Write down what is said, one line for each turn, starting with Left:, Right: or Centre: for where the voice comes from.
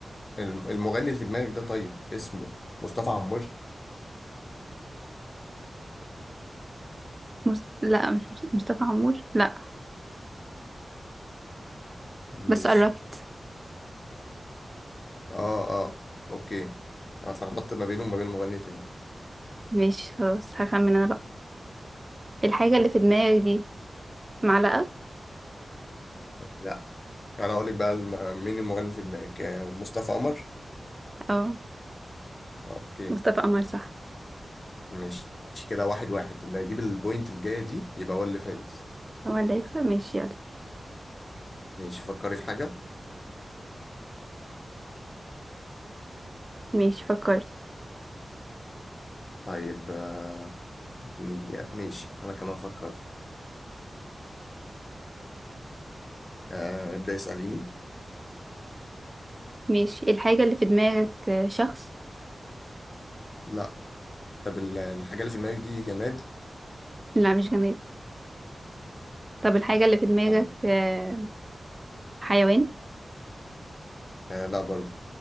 Left: الم- المغني اللي في دماغك ده طيب اسمه مصطفى عمور
Right: مس... لا مش مس- مصطفى عمور لا
Left: ماشي
Right: بس قربت
Left: اه اه اوكي انا اتلخبطت ما بينه وما بين مغني تاني
Right: ماشي خلاص هخمن انا بقى الحاجة اللي في دماغك دي معلقة
Left: لا انا اقول لك بقى الم- مين المغني في دماغك آه، مصطفى قمر
Right: اه
Left: اوكي
Right: مصطفى قمر صح
Left: ماشي كده واحد واحد اللي هيجيب البوينت الجاية دي يبقى هو اللي فايز
Right: هو اللي هيكسب ماشي يلا
Left: ماشي فكري في حاجة
Right: ماشي فكرت
Left: طيب آه، اديني دقيقة. ماشي انا كمان فكرت آه، ابدأ اسأليني
Right: ماشي الحاجة اللي في دماغك آه، شخص
Left: لا طب ال- الحاجة اللي في دماغك دي جماد
Right: لا مش جماد طب الحاجة اللي في دماغك
Left: آه.
Right: آه، حيوان
Left: آه لا برضه